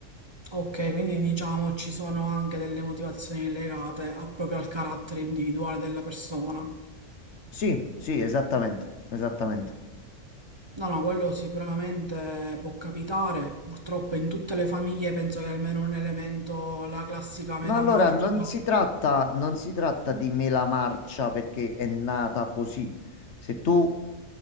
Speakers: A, on the right; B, on the left.
A: Ok, quindi diciamo ci sono anche delle motivazioni legate a- proprio al carattere individuale della persona.
B: Sì, sì, esattamente, esattamente.
A: No, no, quello sicuramente può capitare. Purtroppo in tutte le famiglie penso che almeno un elemento, la classica
B: No,
A: mela
B: allora
A: marcia.
B: non si tratta, non si tratta di mela marcia perché è nata così. Se tu